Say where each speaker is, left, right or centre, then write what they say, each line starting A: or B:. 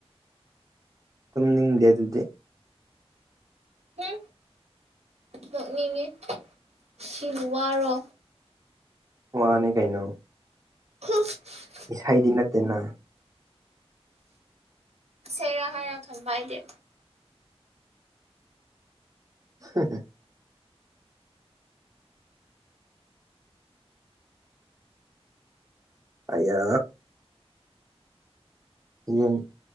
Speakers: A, on the right; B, on the right.
A: ꯇꯨꯝꯅꯤꯡꯗꯦ ꯑꯗꯨꯗꯤ
B: ꯍꯝ ꯅꯣꯛꯅꯤꯡꯉꯤ ꯁꯤꯕꯨ ꯋꯥꯔꯣ
A: ꯋꯥꯅꯤ ꯀꯩꯅꯣ
B: ꯍ
A: ꯏꯁꯩꯗꯤ ꯅꯠꯇꯦꯅ
B: ꯁꯩꯔ ꯍꯥꯏꯔꯥ ꯈꯟꯕ ꯑꯩꯗꯤ
A: ꯍꯦ ꯍꯦ ꯑꯌꯥ ꯍꯌꯦꯡ